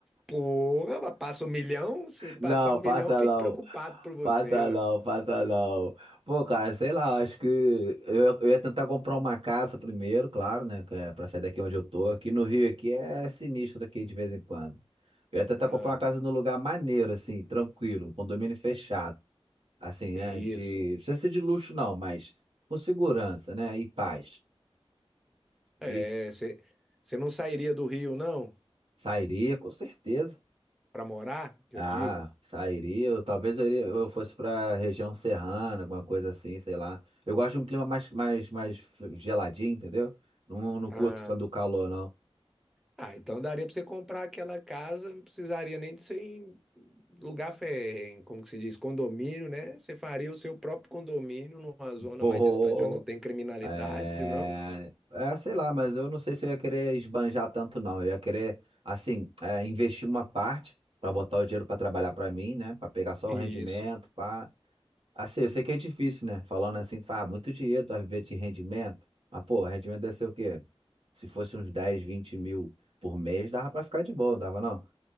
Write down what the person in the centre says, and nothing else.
Porra, mas passa um milhão? Se passar
um milhão,
eu fico
preocupado por você,
ué.
Ah,
isso.
É,
você você não sairia do Rio, não?
Pra morar, que
eu digo?
Ah,
ah, então daria pra você comprar aquela casa, não precisaria nem de ser em lugar, fe- como que se diz, condomínio, né? Você faria o seu próprio condomínio numa zona
mais distante, onde não tem criminalidade,
não?
Isso.